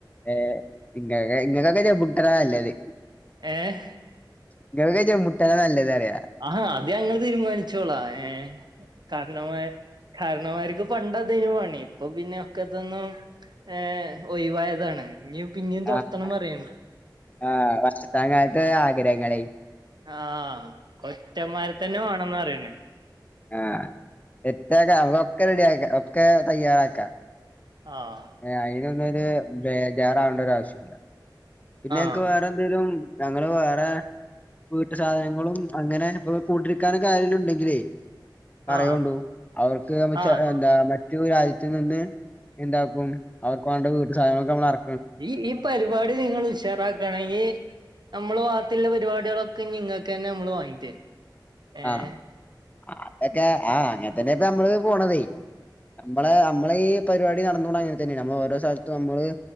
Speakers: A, on the left; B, on the right.
A: ഏഹ് ഇങ്ങ ഇങ്ങക്കൊക്കെ ഞാൻ. അത് നല്ലത്
B: ഏഹ്
A: ഇങ്ങള് <unintelligible> നല്ലത് പറയാ
B: ആഹാ അത് ഞങ്ങള് തീരുമാനിച്ചോളാം ഏ കാരണവ കാരണോമാർക്ക് പണ്ട് അതന്നെ പണി. അപ്പൊ പിന്നെ ഒക്കെ ഇതിന്നു ഏഹ് ഒഴിവായതാണ്. ഇനി പിന്നേം തൊടത്തണം
A: ആഹ്
B: പറയണ്ട്
A: ആഹ് <unintelligible> <unintelligible> ആഗ്രഹങ്ങളെ.
B: ആ കൊറ്റന്മാരെ തന്നെ വേണംന്ന പറയണേ.
A: ആ സെറ്റാക്കാം അതൊക്കെ റെഡിയ ആ ഒക്കെ തയ്യറാക്കാം.
B: ആഹ്
A: ഏ അയിനൊന്നു. <unintelligible> ബേജാറാവേണ്ട ഒരു ആവശ്യ പിന്നെ
B: ആഹ്
A: നിക്ക് വേറെന്തേങ്കിലും. ഞങ്ങള് വേറെ വീട്ട് സാധനങ്ങളും അങ്ങനെ ഇപ്പൊ കൂട്ടിരിക്കാനും ആരെങ്കിലുമുണ്ടെങ്കിലേ പറയൂണ്ടു
B: ആഹ്
A: അവർക്ക്
B: ആഹ്
A: എന്താ മറ്റു രാജ്യ <unintelligible> എന്താക്കും അവർക്ക് വേണ്ട വീട്ട് സാധനങ്ങളെക്കെ നമ്മളെറ
B: ഈ ഇ പരിപാടി നിങ്ങൾ ഉഷാറാക്കാണെങ്കിൽ നമ്മള് ഭാഗത്ത്ള്ള പരിപാടികളൊക്കെ നിങ്ങൾക്ക് തന്നെ നമ്മൾ വാങ്ങി തരും. ഏഹ്
A: ആഹ് അ ഒക്കെ ആഹ് അങ്ങനെ തന്നെ ഇപ്പ നമ്മള് പോണതേ നമ്മള് നമ്മളെ ഈ പരിപാടി നടന്നൊണ്ട് അങ്ങനെ തന്നെ നമ്മള് ഓരോ സ്ഥലത്തും നമ്മള്